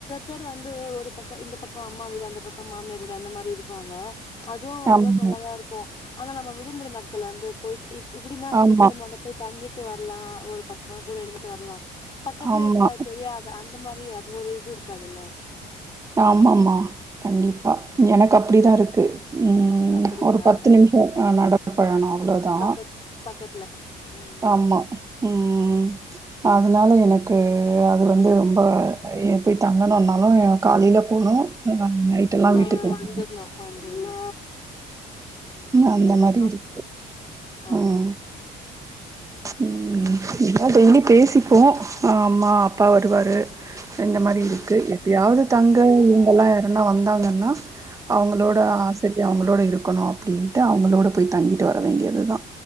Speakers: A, on the left; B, on the right.
A: பேர் வந்து ஒரு பக்க இந்த பக்க அம்மா வீடு அந்த பக்க மாமியார் வீடு அந்த மாரி இருப்பாங்க அதுவு ஓரளவுக்கு
B: ஆமா
A: நல்லாதா இருக்கு ஆனா நம்ம விடுமுறை நாட்கள் வந்து போய் இ இப்டின்னா
B: ஆமா,
A: கொஞ்ச தூர அங்க போய் தங்கிட்டு வர்லா ஒரு பத்து நாள் கூட இருந்துட்டு வர்லா பக்கத்துல
B: ஆமா,
A: இருந்தா அது தெரியாது அந்த மாரி அது ஒரு இது இருக்காதுல்ல
B: ஆமாமா கண்டிப்பா எனக்கு அப்டிதா இருக்கு ம் ம்
A: அப்டிங்களா
B: ஒரு பத்து நிமிஷொ எ நட பயணோ அவ்ளோதா
A: பக்கத் பக்கத்துல ம்
B: ஆமா ம் அதனால எனக்கு அது வந்து ரொம்ப எ போய் தங்கணுன்னாலு காலில போனோ ம் நைட் எல்லா
A: நைட்டு
B: வீட்டுக்கு வரனு
A: வந்துர்ணு வந்துர்ணு ம்
B: அந்த மாரி இருக்கு
A: ஆமா
B: ம்
A: ஆமா கண்டிப்பா
B: ம்
A: கண்டிப்பா
B: எல்லா டெய்லி பேசிப்போ அம்மா அப்பா வருவாரு இந்த மாரி
A: ம்
B: இருக்கு எப்பயாவது தங்க இவங்க எல்லா யாருன்னா வந்தாங்கன்னா அவங்களோட
A: ம்
B: ஆசரிய அவங்களோட இருக்கணு அப்டின்ட்டு அவங்களோட போய் தங்கிட்டு வர வேண்டியதுதா